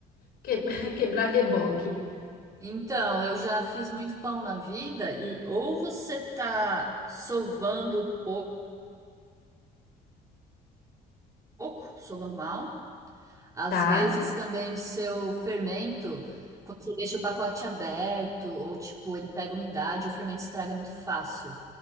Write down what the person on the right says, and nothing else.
Então, eu já fiz muito pão na vida e ou você tá sovando pou- pouco, sovando mal, às
vezes também o seu fermento, quando você deixa o pacote aberto ou tipo, ele pega umidade, o fermento estraga muito fácil.